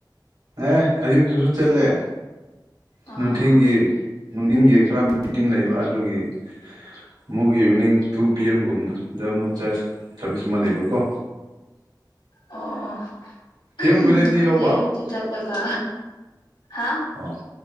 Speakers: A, on the right (about 80°); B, on the left (about 80°).
A: ꯑꯦ ꯑꯌꯨꯛꯇꯁꯨ ꯆꯠꯂꯦ
B: ꯑꯥ
A: ꯅꯨꯡꯊꯤꯟꯒꯤ ꯅꯨꯡꯊꯤꯟꯒꯤ ꯈꯔ ꯃꯤꯇꯤꯡ ꯂꯩꯕ ꯑꯗꯨꯒꯤ ꯑꯃꯨꯛ ꯏꯚꯤꯅꯤꯡ ꯇꯨ ꯄꯤ ꯑꯦꯝꯒꯨꯝꯗ ꯑꯃꯨꯛ ꯆꯁ ꯁꯥꯔꯚꯤꯁ ꯑꯃ ꯂꯩꯕꯀꯣ
B: ꯑꯣ ꯑꯣ <unintelligible> ꯑꯩꯈꯣꯏꯗꯤ
A: ꯀꯌꯥꯝ ꯀꯨꯏꯔꯦ ꯁꯤ ꯌꯧꯕ
B: ꯑꯌꯨꯛꯇ ꯆꯠꯂꯒ ꯍꯥ
A: ꯑꯣ